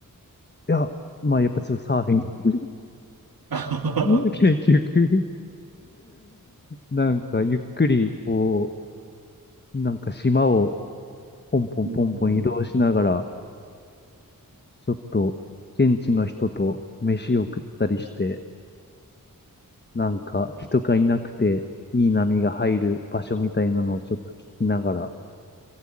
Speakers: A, on the left; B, on the right.
A: や、まあやっぱちょっとサーフィン。
B: <laughs>
A: <laughs> 結局なんかゆっくり、こう、なんか島をポンポンポンポン移動しながら、
B: うん。
A: ちょっと現地の人と飯を食ったりして、なんか人がいなくていい波が入る場所みたいなのをちょっと聞きながら